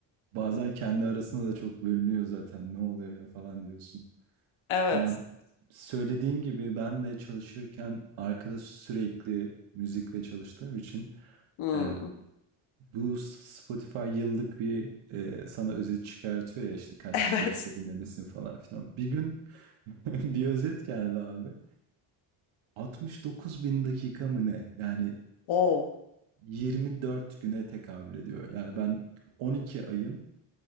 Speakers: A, on the right (about 80°); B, on the left (about 85°).
A: Bazen kendi arasında da çok bölünüyor zaten. Ne oluyor ya falan diyorsun.
B: Evet.
A: Ya söylediğin gibi ben de çalışırken arkada sürekli müzikle çalıştığım için
B: Hmm.
A: e,
B: <laughs>
A: bu S- Spotify yıllık bir e, sana özet çıkartıyor ya işte kaç
B: Evet.
A: dakika dinlemesin falan filan. Bir gün <laughs> bir özet geldi abi. 69 bin dakika mı ne? Yani
B: Oh.
A: 24 güne tekabül ediyor. Yani ben 12 ayın